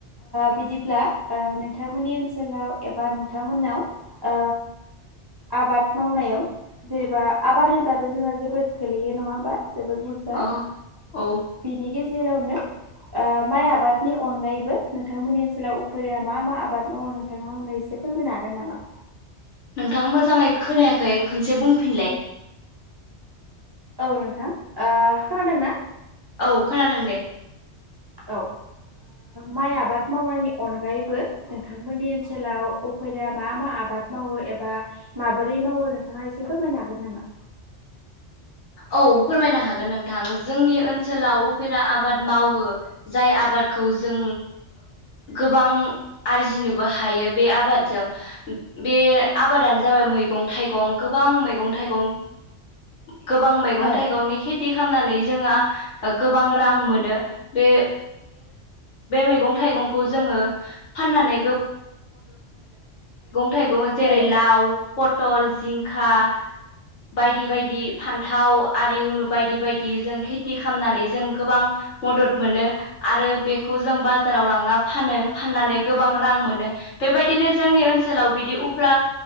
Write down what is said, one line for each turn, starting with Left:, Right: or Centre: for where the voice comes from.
Right: बिदिब्ला नोंथांमोननि ओनसोलाव एबा नोंथांमोननाव आ आबाद मावनायाव जेनेबा आबाद होनबाथ' जोंना जोबोद गोलैयो नङा होमबा जबोोर बुरजा
Left: औ औ
Right: बिनि गेजेरावनो माइ आबाद नि अनगायैबो नोंथांमोननि ओनसोलाव उफुरया मा मा आबाद मावो नोंथांनो एसेफोरबो नागोन नामा?
Left: नोंथां मोजाङै खोनायाखै खनसे बुंफिनलाय
Right: औ नोंथां खोनादोंना?
Left: औ खोनादों दे।
Right: औ। माइ आबाद मावनायनि अनगायैबो नोंथांमोननि ओनसोलाव उफैदया मा मा? आबाद मावो एबा माबोरै मावो नोंथाङा एसे फोरमायनो हागोन नामा?
Left: औ फोरमायनो हागोन नोंथां जोंनि ओनसोलाव उफेरा आबाद मावो जाय आबाद खौ जों गोबां आरजिनोबो हायो बे आबादजों बे आबादानो जाबाय मैगं थाइगं गोबां मैगं थाइगं गोबां मैगं
Right: औ
Left: थाइगंनि खेथि खालामनानै जोंहा गोबां रां मोनो बे मैगं थाइगं। ज फाननानै थाइगङ जेरै
Right: औ
Left: लाव पटल जिंखा बायदि बायदि फान्थाव आरि उनु बायदि बायदि जों खेथि खालामनानै जों गोबां मदद मोनो आरो बेखौ जों बाजाराव लांना फानो फाननानै गोबां रां मोनो बेबायदिनो जोंनि ओनसोलाव बिदि उफ्रा